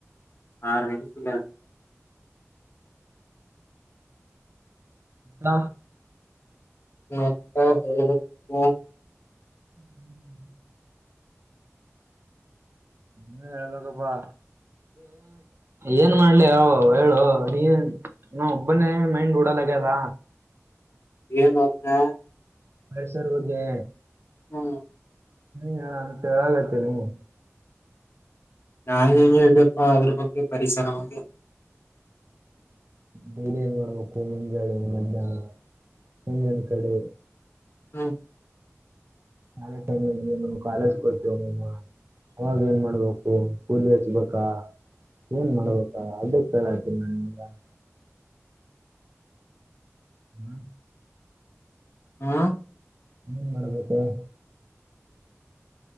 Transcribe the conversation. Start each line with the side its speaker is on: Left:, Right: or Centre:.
Left: ಹ ಸಿಗ <unintelligible>
Right: ತ
Left: ಮತ್ತಾ ಬೇರೆದು
Right: ಹ್ಮ್ <inaudible> ನೀನೇ ಹೇಳ ಬೇಕ್ಕಪ್ಪಾ ಏನ್ ಮಾಡ್ಲಿಯೋ ಹೇಳೋ ನೀನ್ ನಾ ಒಬ್ಬನೇ ಮೈಂಡ್ ಓಡಲ್ಲಾಗ ಅದ
Left: ಏನ್ ಒಬ್ನೇ
Right: ಹೆಸರು ಹುದ್ದೆ
Left: ಹೂ
Right: ಹ ಅಂತ ಹೇಳಗೈತಿ ನೀವು
Left: ಯಾರಿಗೆ ಹೇಳ್ದಪ್ಪಾ ಅದ್ರ ಬಗ್ಗೆ ಪರಿಸರವಾಗಿ
Right: ಬೇರೆಂಗ ಬರ್ಬೇಕು ಮುಂಜೆ ಮ ಮುಂಜ ಕಡೆ
Left: ಹಾ
Right: ಕಾಲೇಜು ಟೈಮ್ ಅಲ್ಲಿ ನಿಮ್ ಕಾಲೇಜ್ ಹೋಯ್ತಿಯಲ್ಲಮ್ಮ ಅವಾಗ ಏನ್ ಮಾಡ್ಬೇಕು ಕೂಲಿ ಹಚ್ಬೇಕಾ ಏನ್ ಮಾಡ್ಬೇಕ ಅದು ಕೇಳಕ ಕೊಡ್ತೀನಿ ನಾನ್ ಹೂ
Left: ಹಾ
Right: ಹೂ ಗೊತ್ತಾಗಲ್ಲ